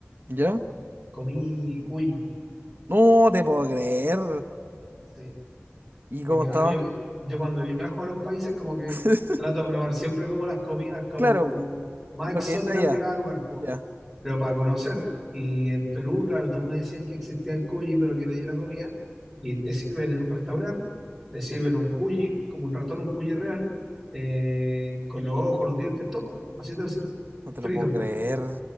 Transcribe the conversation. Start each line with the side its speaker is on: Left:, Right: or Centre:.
Right: ¿Ya?
Centre: comí cuy.
Right: No te puedo creer.
Centre: Sí.
Right: ¿Y cómo
Centre: Porque
Right: estaba?
Centre: a mí- yo cuando viajo a los países como que
Right: <laughs>
Centre: trato de probar siempre como las comidas como
Right: Claro, po.
Centre: más
Right: Lo
Centre: exóticas
Right: que es de allá.
Centre: de cada lugar. po.
Right: Ya.
Centre: pero para conocer. Y en Perú, claro, todos me decían que existía el cuyi, pero que nadie lo comía. Y te sirven en un restaurante, te sirven un cuyi, como un ratón, un cuyi real, eh, con los ojos, los dientes, todo. Así te lo sirven.
Right: No te
Centre: Frito,
Right: lo puedo creer.